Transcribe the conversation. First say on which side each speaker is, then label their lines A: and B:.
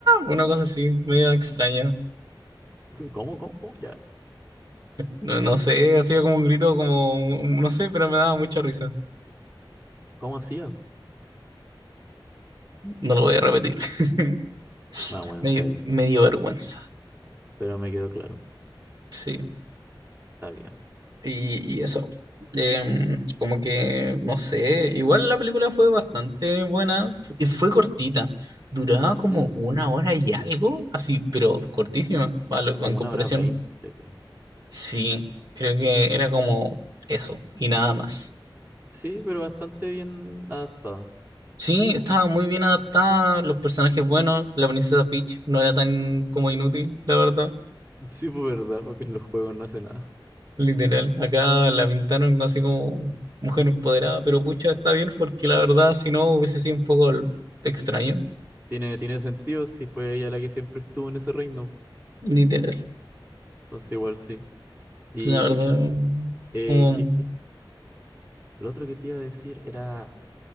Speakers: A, on the right (about 50°); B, on the right (about 20°).
A: una cosa así, medio extraña.
B: <laughs> ¿Cómo, cómo? Oh, ya.
A: No, no sé, hacía como un grito como, no sé, pero me daba mucha risa.
B: ¿Cómo hacía?
A: No lo voy a repetir. <laughs>
B: Ah, bueno,
A: Me,
B: está
A: dio-
B: bien.
A: me dio vergüenza,
B: Pero me quedó claro.
A: sí.
B: Está bien.
A: Y, y eso. Em, como que, no sé, igual la película fue bastante buena. Fu- y Fue, cortita. Duraba como
B: Mm,
A: una hora y algo, así, pero cortísima, a lo-
B: como
A: en comparación.
B: una hora veinte, creo.
A: Sí, creo que era como eso y nada más.
B: Sí, pero bastante bien adaptada.
A: Sí, estaba muy bien adaptada, los personajes buenos, la princesa Peach no era tan como inútil, la verdad.
B: Sí, por verdad, porque en los juegos no hace nada.
A: Literal, acá la pintaron así como mujer empoderada, pero pucha, está bien porque la verdad, si no, hubiese sido un poco l- extraño.
B: Tiene, tiene sentido si fue ella la que siempre estuvo en ese reino.
A: Literal,
B: Entonces igual sí. Y
A: la
B: pucha,
A: verdad,
B: eh,
A: como,
B: ¿qué- qué? Lo otro que te iba a decir era...